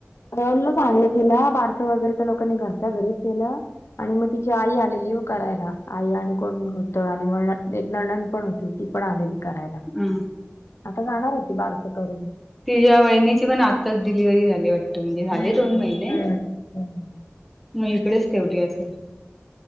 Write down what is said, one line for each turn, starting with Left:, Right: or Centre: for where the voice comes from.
Left: <unintelligible> तिला बारसं वगैरे त्या लोकांनी घरच्या घरीच केलं आणि मग? तिची आई आलेली हो- - ती करायला. आई आणि कोण होत आणि म एक नणद पण होती. ती पण आलेली करायला.
Centre: हम्.
Left: आता जाणार ए ती बारसं करून.
Centre: तिच्या वहिनीची पण आत्ताच डिलिव्हरी झाली वाटत, म्हणजे झाले
Left: हम्म
Centre: दोन महिने.
Left: हम्म हम्म.
Centre: मग इकडेच ठेवली असेल.